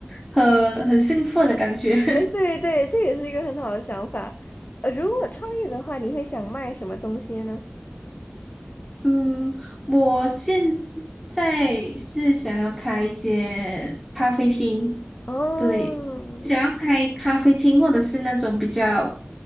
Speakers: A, in the centre; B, on the left.
A: 很很兴奋的感觉。
B: 呃，对对，这也是一个很好的想法。呃，如果创业的话，你会想卖什么东西呢？
A: 嗯，我现在是想要开一间咖啡厅，
B: 哦，
A: 对，想要开咖啡厅或者是那种比较，